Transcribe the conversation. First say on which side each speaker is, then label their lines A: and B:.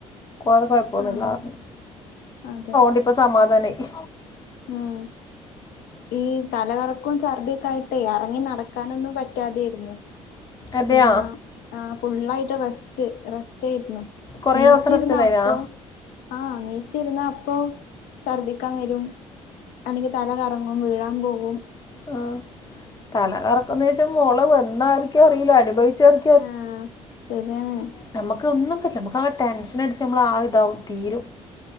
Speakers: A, on the left; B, on the left.
A: വേറെ കൊഴപ്പമൊന്നുല്ല
B: ആഹ്
A: ർഞ്ഞു.
B: അതെ
A: ത് പ്പ സമാധാനായി.
B: ഉം. ഈ തലകറക്കും ഛർദ്യൊക്കെയിട്ട്. ട്ട് എറങ്ങി നടക്കാനൊന്നും പറ്റാതെരുന്നു.
A: അതെയാ
B: ഉം ആഹ് ഫുള്ളായിട്ട് റെസ്റ്റ് റെസ്റ്റെയിരുന്നു.
A: കുറേ
B: നീച്ചിരുന്നാ
A: ദിവസം റെസ്റ്റ് ഉണ്ടായിരുന്നാ
B: അപ്പൊ ആഹ് നീച്ചിരുന്ന അപ്പൊ ഛർദിക്കാവരും. അല്ലെങ്കി തലകറങ്ങും. വീഴാൻ പോവും.
A: ആഹ്. തലകറക്കന്ന് വെച്ചാ മോളെ വന്നായിരിക്കെറിയീല. അനുഭവിച്ചെ ര്
B: ആഹ് ശെരിയാണ്.
A: നമ്ക്കൊന്നും പറ്റ്ല. നമുക്ക് ആഹ് കെടെൻഷനടിച്ച് നമ്മൾളാതാവും. തീരും.